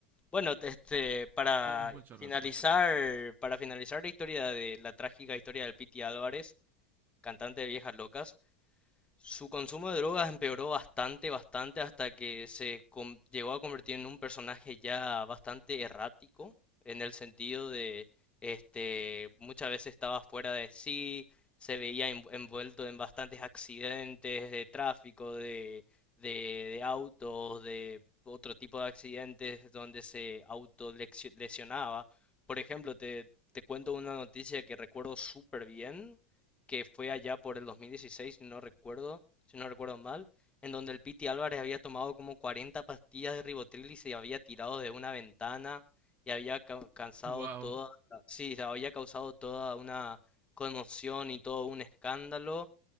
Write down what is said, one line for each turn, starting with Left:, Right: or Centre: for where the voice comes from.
Left: Bueno, te- este, para
Right: Tienes mucha
Left: finalizar,
Right: razón.
Left: para finalizar la historia de la trágica historia del Piti Álvarez, cantante de Viejas Locas, su consumo de drogas empeoró bastante, bastante, hasta que se com- llegó a convertir en un personaje ya bastante errático, en el sentido de, este, muchas veces estaba fuera de sí, se veía env- envuelto en bastantes accidentes de tráfico, de, de, de autos, de otro tipo de accidentes donde se autolesionaba. Por ejemplo, te, te cuento una noticia que recuerdo súper bien que fue allá por el 2016, si no recuerdo, si no recuerdo mal, en donde el Piti Álvarez había tomado como 40 pastillas de ribotril y se había tirado de una ventana y había ca- cansado
Right: Wow,
Left: toda, sí, había causado toda una conmoción y todo un escándalo